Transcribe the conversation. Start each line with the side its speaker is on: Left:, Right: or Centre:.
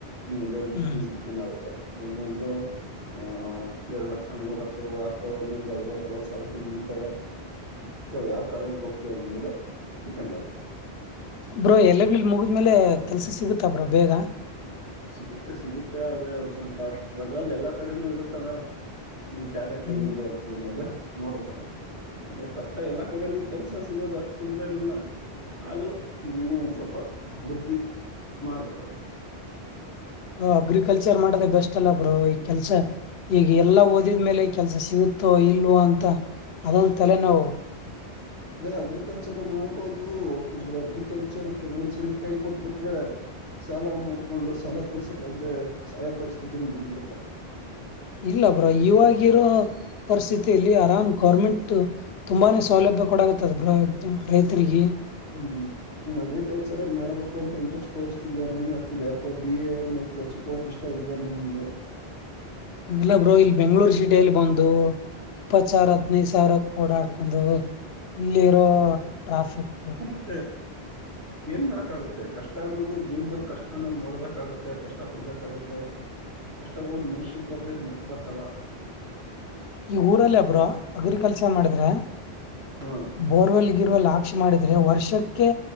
Right: ನೆಲೆಯಲ್ಲಿ ಬಿ
Left: ಹ್ಮ್
Right: ಫೀಸ್ ಡಿಪೆಂಡ್ ಆಗುತ್ತೆ ಒಂದೊಂದು ಆಹ ಎರಡ್ ಲಕ್ಷ ಮೂರು ಲಕ್ಷಗಳು ಆಗ್ತಾವ ಒಂದೊಂದಂದು ಐವತ್ತ ಅರವತ್ತು ಸಾವಿ ಕು ಮುಗಿತವೆ ಸೊ ಯಾವ ಕಾಲೇಜ್ಗೆ ಹೋಗ್ತವ್ರ್ಮೇಲೆ ಡಿಪೆಂಡ್ ಆಗುತ್ತೆ
Left: ಬ್ರೋ ಎಲ್ಲಲ್ ಮುಗಿದ್ಮೇಲೆ ಕೆಲ್ಸ ಸಿಗುತ್ತ ಬ್ರೋ ಬೇಗ
Right: ಸಿಗುತ್ತೆ ಸಿಗುತ್ತೆ ಆದ್ರೆ ಒಂದ್ ಸ್ವಲ್ಪ ಸ್ಟ್ರಗಲ್ ಎಲ್ಲಾ ಕಡೆನೂ ಇರುತ್ತಲ್ಲ ನಿನ್ ಟ್ಯಾಲೆಂಟ್
Left: ಹ್ಮ್
Right: ಹೆಂಗಿದೆ ಅನ್ನದ್ರ ಮೇಲೆ ನೋಡ ಸರ್ ಆದ್ರೆ ಕಷ್ಟ ಎಲ್ಲಾ ಕಡೆನೂ ಕೆಲ್ಸ ಸಿಗೋದು ಅಷ್ಟು ಸುಲಭ ಏನಲ್ಲ ಆದ್ರೂ ನೀನು ಒಂದ್ ಸ್ವಲ್ಪ ಹುಡುಕಿ ಮಾಡ್ಬೇಕ
Left: ಅಗ್ರಿಕಲ್ಚರ್ ಮಾಡದ ಬೆಸ್ಟ್ ಅಲ್ಲ ಬ್ರೋ ಈ ಕೆಲ್ಸ ಈಗ ಎಲ್ಲಾ ಓದಿದ್ಮೇಲೆ ಕೆಲ್ಸ ಸಿಗುತ್ತೋ ಇಲ್ವೋ ಅಂತ ಅದೊಂದು ತಲೆ ನೊವು
Right: <unintelligible> ಅದೇ ಅಗ್ರಿಕಲ್ಚರ್ ಮಾಡ್ಬೋದು ಆದ್ರೆ ಅಗ್ರಿಕಲ್ಚರ್ ಕೆಲವೊಂದ್ಸರಿ ಕೈ ಕೊಟ್ಬಿಟ್ಟು ಆದ್ರೆ ಸಾಲ ಮಾಡ್ಕೊಂಡು ಸಾಲ ತೀರ್ಸಕಾಗ್ದೆ ಸಾಯೋ ಪರಿಸ್ಥಿತಿ ನು ಬಂದ್ಬಿಡ್ತಲ್ಲ
Left: ಇಲ್ಲ ಬ್ರೊ ಇವಾಗಿರೋ ಪರಿಸ್ಥಿತಿಯಲ್ಲಿ ಆರಾಮ್ ಗೌರ್ಮೆಂಟ್ ತುಂಬಾನೇ ಸೌಲಭ್ಯ ಕೊಡಗತ್ತದ ರೈತರಿಗೆ
Right: ಹ್ಮ್ ಇನ್ ಅಗ್ರಿಕಲ್ಚರ್ ಮಾಡಬೇಕು ಅಂತ ಇಂಟ್ರೆಸ್ಟ್ ತೋರಿಸ್ತಿದಿ ಅಂದಂಗ ಆತಿದೆ ಯಾಕೋ ಬಿ ಎ ಮೇಲೆ ಕೆಲ್ಸಕ್ ಹೋಗಕ್ ಇಷ್ಟ ಇಲ್ವೆನೊ ನಿಂಗೆ
Left: ಹಂಗಲ್ಲ ಬ್ರೋ ಇಲ್ಲಿ ಬೆಂಗ್ಗಳೂರು ಸಿಟಿಯಲ್ಲಿ ಬಂದು ಇಪ್ಪತ್ ಸಾವಿರ ಹದ್ನೈದು ಸಾವಿರಕ್ ಓಡಾಡ್ಕೊಂಡ ಇಲ್ಲಿರೋ ಟ್ರಾಫಿಕ್
Right: ಹ್ಮ್ ಏನ್ ಮಾಡಕ್ ಆಗತ್ತೆ ಕಷ್ಟ ಅನ್ನೋದು ಜೀವನದಲ್ಲಿ ಕಷ್ಟ ಅನ್ನೋದು ನೋಡ್ಬೇಕಾಗತ್ತೆ ಕಷ್ಟ ಪಡ್ಬೇಕಾಗತ್ತೆ ಕಷ್ಟಗಳು ಮನುಷ್ಯಿಗೆ ಬರ್ದೆ ಮರಕ್ಬರ್ತವ
Left: ಈ ಊರಲ್ಲಿ ಒಬ್ರ ಅಗ್ರಿಕಲ್ಚರ್ ಮಾಡಿದ್ರೆ
Right: ಹ
Left: ಬೋರ್ವೆಲ್ಗ ಗಿರ್ವಲ್ ಆಕ್ಷೆ ಮಾಡಿದ್ರೆ ವರ್ಷಕ್ಕೆ